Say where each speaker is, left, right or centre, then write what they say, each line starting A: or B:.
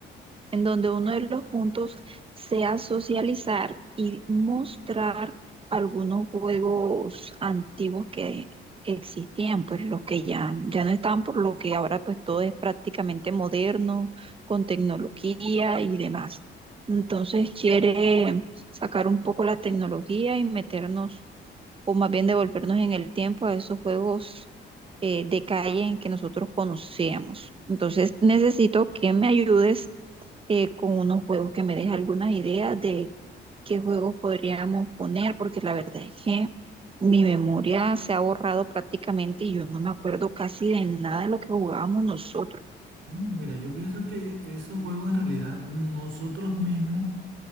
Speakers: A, on the right; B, on the right.
A: en donde uno de los puntos sea socializar y mostrar algunos juegos antiguos que existían, pues los que ya, ya no están, por lo que ahora pues todo es prácticamente moderno, con tecnología y demás. Entonces quiere sacar un poco la tecnología y meternos o más bien devolvernos en el tiempo a esos juegos eh, de calle en que nosotros conocíamos. Entonces necesito que me ayudes eh, con unos juegos, que me des algunas ideas de qué juegos podríamos poner, porque la verdad es que mi memoria se ha borrado prácticamente y yo no me acuerdo casi de nada de lo que jugábamos nosotros.
B: Mm, Mira, yo pienso que esos juegos en realidad nosotros mismos